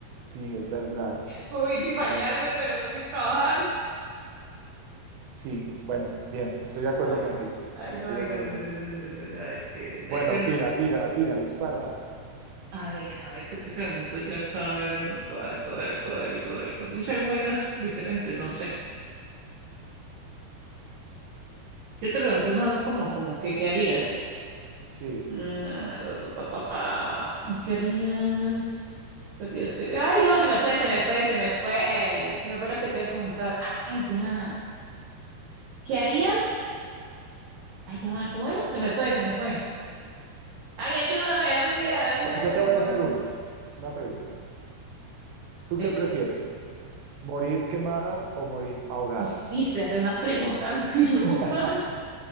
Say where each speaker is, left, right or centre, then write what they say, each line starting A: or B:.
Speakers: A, on the right; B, on the right.
A: sí, es verdad.
B: Puedo ir sin
A: Eh,
B: bañarme, pero no sin trabajar.
A: Sí, bueno, bien, estoy de acuerdo
B: Ay,
A: contigo.
B: ay, no,
A: Estoy
B: ay,
A: de acuerdo
B: no, no,
A: contigo.
B: no, no, no, no, no, a ver, que,
A: Bueno,
B: eh, yo no-
A: tira, tira, tira, dispara.
B: a ver, a ver, ¿qué te pregunto yo acá? Algo, algo, algo, algo, algo. Me salen vainas diferentes, no sé. Yo te pregunto una vez como, como que, ¿qué harías?
A: Sí.
B: Ah, pa, pa, pa, pa. ¿Qué harías? ¿Qué harías? ¿Qué harías? Ay, no, se me fue, se me fue, se me fue. Se me fue la que te iba a preguntar. Ay, ya. ¿Qué harías? Ay, ya, va, ¿cómo era? Se me fue, se me fue. Ay, ayúdame, dame una idea, dame
A: Pues
B: una idea
A: yo
B: que
A: te voy
B: no,
A: a hacer
B: no.
A: una, una pregunta. ¿Tú
B: Dime,
A: qué prefieres?
B: <laughs>
A: ¿Morir quemada o morir ahogada?
B: Uy, sí se hacer unas preguntas <laughs> muy locas.
A: <laughs>